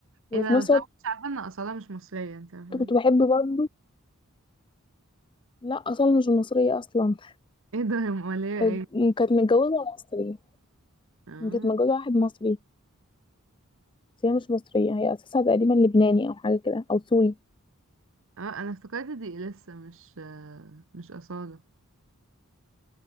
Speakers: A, on the left; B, on the right.
A: وفي
B: ايه ده
A: نفس
B: بس
A: الوقت
B: انا مش عارفة ان أصالة مش مصرية انت عارفة
A: كنت بحب
B: <laughs>
A: برضه لا اصلا مش مصرية اصلا
B: ايه ده يا مولية
A: آه،
B: ايه
A: كانت متجوزة مصري
B: اه
A: كانت متجوزة واحد مصري بس هي مش مصرية هي اساسها تقريبا لبناني او حاجة كده او سوري
B: اه انا افتكرت دي لسه مش آه، مش أصالة